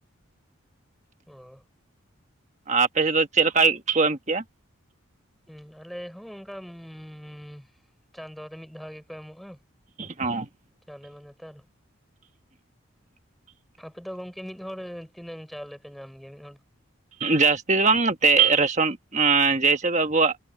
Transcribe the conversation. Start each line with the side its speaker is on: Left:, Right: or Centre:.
Centre: ᱚᱦ᱾
Right: ᱟᱯᱮ ᱥᱮᱫ ᱫᱚ ᱪᱮᱫ ᱞᱮᱠᱟᱭ ᱠᱚ ᱮᱢ ᱠᱮᱭᱟ?
Centre: ᱦᱩᱸ ᱟᱞᱮ ᱦᱚᱸ ᱚᱱᱠᱟ ᱩᱸᱻ ᱪᱟᱸᱫᱳ ᱨᱮ ᱢᱤᱫ ᱫᱷᱟᱣ ᱜᱮᱠᱚ ᱮᱢᱚᱜᱼᱟ᱾
Right: ᱚᱸ᱾
Centre: ᱪᱟᱣᱞᱮ ᱢᱟ ᱱᱮᱛᱟᱨ ᱟᱯᱮ ᱫᱚ ᱜᱚᱝᱠᱮ ᱢᱤᱫ ᱦᱚᱲ ᱛᱤᱱᱟᱹᱝ ᱪᱟᱣᱞᱮ ᱯᱮ ᱧᱟᱢ ᱜᱮᱭᱟ ᱢᱤᱫ ᱦᱚᱲ?
Right: ᱡᱟᱹᱥᱛᱤ ᱫᱚ ᱵᱟᱝ ᱛᱮ ᱨᱮᱥᱚᱱ ᱮᱸ ᱡᱮ ᱦᱤᱥᱟᱹᱵᱽ ᱟᱵᱚᱣᱟᱜ